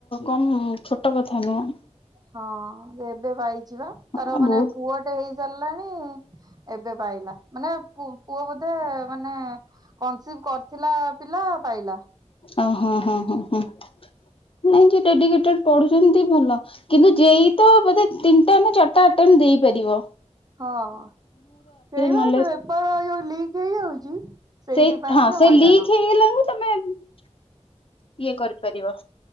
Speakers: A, on the left; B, on the right.
A: କଣ ଛୋଟ କଥା ନୁହଁ।
B: ହଁ ଏବେ ପାଇଯିବା ତାର
A: ଆ
B: ମାନେ
A: ବହୁତ
B: ପୁଅ ଟେ ହେଇ ଚାଲିଲାଣି ଏବେ ପାଇଲା ମାନେ ପୁଅ ବୋ ମାନେ କନସିଭ କରିଥିଲା ପିଲା ପାଇଲା।
A: ଓ ହୋ ହଁ ହ ହଁ। ନାଇଁ ଯ ଡେଡିକେ ପଢୁଛନ୍ତି ଭଲ କିନ୍ତୁ ଯ ତ ବୋଧେ ତିନିଟା ନା ଚାରିଟା ଆ ଦେଇପାରିବ‌।
B: ହଁ ଏଇାର
A: ନଲେଜ
B: ପେପର ଯୋଉ ଲିକ ହେଇଯାଉଛି। ସେଇଥିପାଇଁ
A: ସେ ହଁ
B: କି
A: ସେ
B: ହଇରାଣ।
A: ଲିକ ହେଇଗଲା ତମେ ଇଏ କରିପାରିବ।